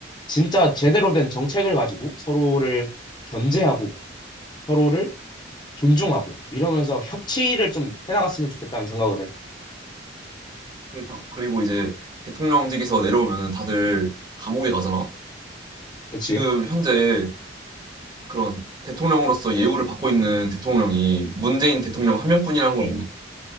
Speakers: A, on the left; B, on the right.
A: 진짜 제대로 된 정책을 가지고 서로를 견제하고 서로를 존중하고 이러면서 협치를 좀 해나갔으면 좋겠다는 생각을 해.
B: 그리고 자- 그리고 이제 대통령직에서 내려오면은 다들 감옥에 가잖아.
A: 그치?
B: 지금 현재 그런 대통령으로서 예우를 받고 있는 대통령이 문재인 대통령 한 명뿐이라는 걸